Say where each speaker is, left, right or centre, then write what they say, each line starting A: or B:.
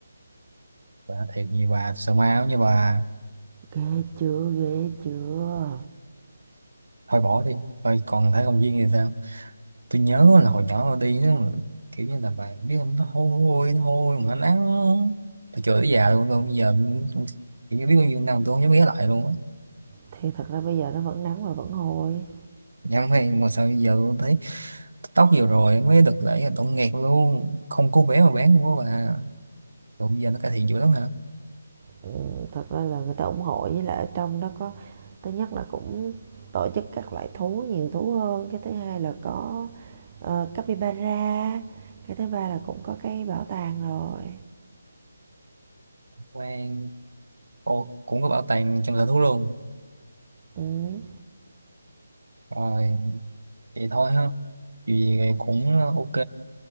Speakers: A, on the right; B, on the right.
A: bà thiệt như bà sợ ma giống như bà
B: ghê chưa ghê chưa
A: thôi bỏ đi thôi còn thấy công viên thì sao tôi nhớ là hồi nhỏ tôi đi nó kiểu như là bà biết không nó hôi nó hôi mà nó nắng tôi chửi tới già luôn tôi bây giờ tôi- kiểu như biết bao nhiêu năm tôi không dám ghé lại luôn á
B: thì thật ra bây giờ nó vẫn nắng và vẫn hôi
A: nhưng mà mà sao bây giờ tôi thấy tóc vừa rồi mới đợt lễ là tổng nghẹt luôn không có vé mà bán luôn á bà rồi bây giờ nó cải thiện dữ lắm hả
B: Ừ, thật ra là người ta ủng hộ với lại ở trong đó có thứ nhất là cũng tổ chức các loại thú nhiều thú hơn, cái thứ hai là có, ờ, capybara, cái thứ ba là cũng có cái bảo tàng rồi.
A: quan cô cũng có bảo tàng trong sở thú luôn
B: Ừm,
A: rồi vậy thôi ha vì cũng ok